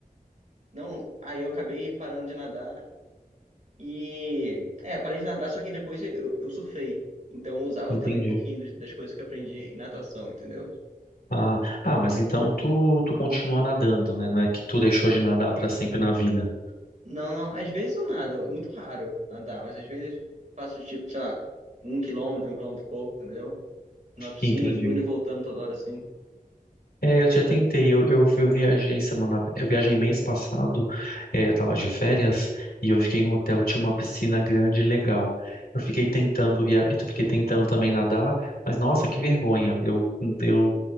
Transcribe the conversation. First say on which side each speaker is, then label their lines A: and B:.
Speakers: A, on the right; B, on the left.
A: Não, aí eu acabei parando de nadar e... É, parei de nadar, só que depois eu, eu surfei. Então eu usava
B: Entendi.
A: também um pouquinho dos- das coisas que eu aprendi em natação, entendeu?
B: Ah, ah, mas então tu, tu continua nadando, né? Não é que tu deixou de nadar pra sempre na vida.
A: Não, não. Às vezes eu nado, é muito raro nadar, mas às vezes faço tipo, sei lá, um quilômetro, um quilômetro e pouco, entendeu? Na piscina,
B: Entendi.
A: fico indo e voltando toda hora assim.
B: É, eu já tentei, eu, eu, fui- eu viajei semana, eu viajei mês passado, é, eu tava de férias e eu fiquei no hotel, tinha uma piscina grande e legal. Eu fiquei tentando via, eu fiquei tentando também nadar, mas nossa, que vergonha. Eu, eu,